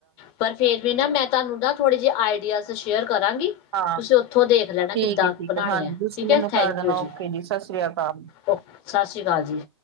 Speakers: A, on the left (about 40°); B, on the right (about 60°).
A: ਪਰ ਫਿਰ ਵੀ ਨਾ ਮੈਂ ਤੁਹਾਨੂੰ ਨਾ ਥੋੜ੍ਹੇ ਜਿਹੀ ਆਈਡੀਆਜ਼ ਸ਼ੇਅਰ ਕਰਾਂਗੀ,
B: ਹਾਂ
A: ਤੁਸੀਂ ਉੱਥੋਂ ਦੇਖ ਲੈਣਾ
B: ਠੀਕ
A: ਕਿੱਦਾਂ
B: ਹੈ ਠੀਕ
A: ਬਣਾਉਣੇ
B: ਹਾਂਜੀ
A: ਹੈ,
B: ਤੁਸੀਂ
A: ਠੀਕ
B: ਮੈਨੂੰ
A: ਹੈ ਥੈਂਕ
B: ਕਰ ਦੇਣਾ
A: ਯੂ
B: ਓਕੇ
A: ਜੀ
B: ਸਤਿ ਸ੍ਰੀ ਅਕਾਲ
A: ਓ ਸਤਿ ਸ਼੍ਰੀ ਅਕਾਲ ਜੀ।